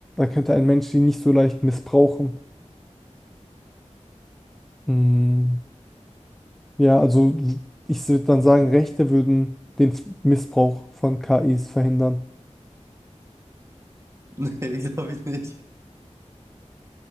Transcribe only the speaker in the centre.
könnte ein Mensch die nicht so leicht missbrauchen. Mm, ja, also ich würde dann sagen, Rechte würden den Missbrauch von KIs verhindern.